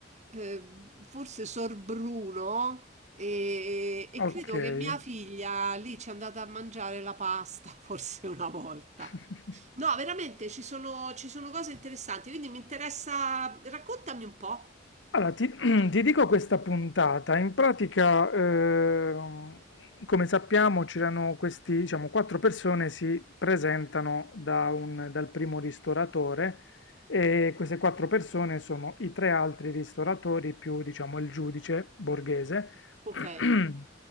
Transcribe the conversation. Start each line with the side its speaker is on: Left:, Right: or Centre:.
Right: eh, forse Sorbruno e, e
Left: Okay.
Right: credo che mia figlia lì ci è andata a mangiare la pasta, <laughs> forse una volta.
Left: <laughs>
Right: No, veramente ci sono, ci sono cose interessanti, quindi mi interessa. Raccontami un po'.
Left: Allora ti <clears throat> ti dico questa puntata. In pratica, ehm, come sappiamo c'erano questi, diciamo, 4 persone si presentano da un dal primo ristoratore e queste 4 persone sono i 3 altri ristoratori più, diciamo, il giudice borghese.
Right: Ok,
Left: <clears throat>